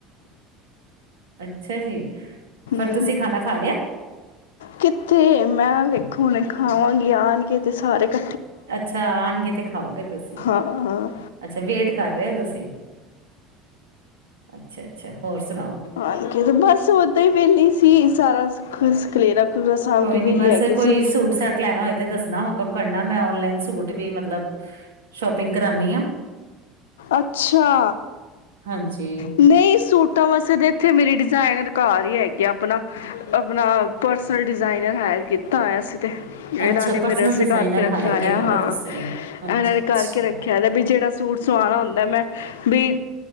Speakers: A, on the right; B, on the left.
A: ਅੱਛਾ ਜੀ ਪਰ
B: ਹਮ,
A: ਤੁਸੀਂ ਖਾਣਾ ਖਾ ਲਿਆ
B: ਕਿੱਥੇ ਮੈਂ ਵੇਖੋ ਹੁਣ ਖਾਵਾਂਗੀ ਆਣਗੇ ਤੇ ਸਾਰੇੱ
A: ਅੱਛਾ ਆਉਣਗੇ ਤੇ ਖਾਓਗੇ ਤੁਸੀਂ
B: ਹਾਂ ਹਾਂ ਹ
A: ਅੱਛਾ ਵੇਟ ਕਰ ਰਹੇ ਹੋ ਤੁਸੀਂ ਅੱਛਾ ਅੱਛਾ ਹੋਰ ਸੁਣਾਓ
B: ਆ ਬਸ ਓਦਾਂ ਹੀ ਵਹਲੀ ਸੀ ਸਾਰਾ ਖਲੇਰਾ ਖਲੂਰਾ ਸਾਂਭ
A: ਕੋਈ
B: ਕੇ ਵਿਹਲੀ
A: ਨੀ ਬਸ
B: ਹੈਗੀ
A: ਕੋਈ
B: ਸੀ
A: ਸੂਟ ਸੈੱਟ ਲੈਣਾ ਹੋਏ ਤੇ ਦੱਸਣਾ ਹੁਕਮ ਕਰਨਾ ਮੈਂ ਓਨਲਾਈਨ ਸੂਟ ਵੀ ਮਤਲਬ ਸ਼ੋਪਿੰਗ ਕਰਾਨੀ ਆ
B: ਅੱਛਾ
A: ਹਾਂਜੀ
B: ਨਹੀਂ ਸੂਟਾਂ ਵਾਸੇ ਤਾਂ ਇੱਥੇ ਮੇਰੀ ਡਿਜਾਇਨ ਰਕਾਰ ਹੀ ਹੈਗੀ ਆਪਣਾ ਆਪਣਾ ਪਰਸਨਲ ਡਿਜ਼ਾਇਨਰ ਹਾਇਰ ਕੀਤਾ ਹੈਏ ਅਸੀਂ ਤਾਂ ਇਹਨਾਂ
A: ਅੱਛਾ
B: ਨੇ
A: ਪਰਸਨਲ
B: ਮੇਰੇਸ
A: ਡਿਜ਼ਾਇਨਰ
B: ਕਰਕੇ ਰੱਖਿਆਇਆ
A: ਹਾਇਰ ਕੀਤਾ
B: ਹਾਂ
A: ਦਾ ਤੁਸੀਂ
B: ਇਹਨਾਂ
A: ਅੱਛਾ
B: ਨੇ
A: ਅੱਛਾ
B: ਕਰਕੇ ਰੱਖਿਆ ਹੈ। ਵੀ ਜਿਹੜਾ ਸੂਟ ਸਵਾਆਣਾ ਹੁੰਦਾ ਮੈਂ ਵੀ